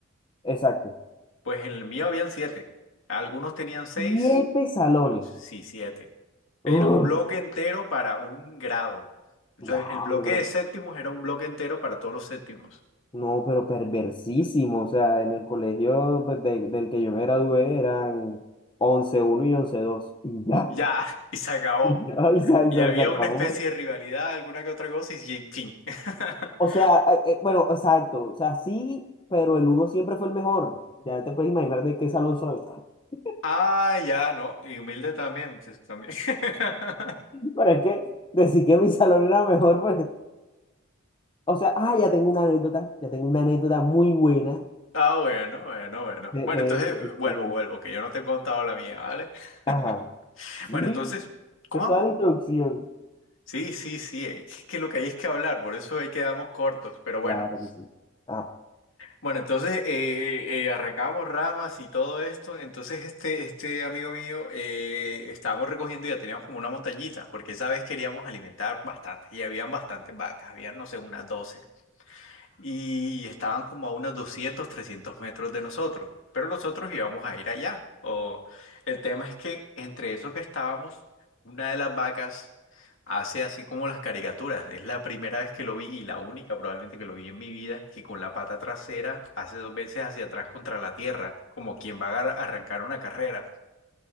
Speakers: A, on the left; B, on the left.
A: exacto.
B: Pues en el mío habían siete. Algunos tenían seis,
A: Siete salones.
B: o sí, siete. Era
A: ¡Ugh!
B: un bloque entero para un grado. O
A: diablo,
B: sea, el bloque
A: pero,
B: de séptimos era un bloque entero para todos los séptimos.
A: no, pero perversísimo. O sea, en el colegio pues, de- del que yo me gradué eran once uno y once dos Y ya,
B: Ya, <laughs> y se acabó.
A: <laughs> y ya, y se, y
B: Y
A: se
B: había
A: se acabó.
B: una especie de rivalidad, alguna que otra cosa, y en fin. <laughs>
A: O sea, eh, eh, bueno, exacto. O sea, sí, pero el uno siempre fue el mejor. Ya te puedes imaginar de qué salón soy. <laughs>
B: Ah, ya, ¿no? Y humilde también, pues, también. <laughs>
A: Pero es que decir que mi salón era mejor, pues. O sea, ah, ya tengo una anécdota. Ya tengo una anécdota muy buena
B: Ah, bueno, bueno, bueno.
A: de,
B: Bueno,
A: de
B: entonces
A: eso, precisamente.
B: vuelvo, vuelvo, que yo no te he contado la mía, ¿vale?
A: Ajá.
B: <laughs>
A: Sí,
B: Bueno, entonces, ¿cómo?
A: es toda la introducción.
B: Sí, sí, sí, eh, que que lo que hay es que hablar, por eso ahí quedamos cortos, pero bueno.
A: Claro que sí. Ajá.
B: Bueno, entonces eh, eh, arrancábamos ramas y todo esto, entonces este, este amigo mío eh, estábamos recogiendo y ya teníamos como una montañita, porque esa vez queríamos alimentar bastante y habían bastantes vacas, habían no sé, unas 12 y estaban como a unos doscientos trescientos metros de nosotros, pero nosotros íbamos a ir allá. O el tema es que entre eso que estábamos, una de las vacas hace así como las caricaturas. Es la primera vez que lo vi y la única probablemente que lo vi en mi vida que con la pata trasera hace dos veces hacia atrás contra la tierra, como quien va a agar- arrancar una carrera.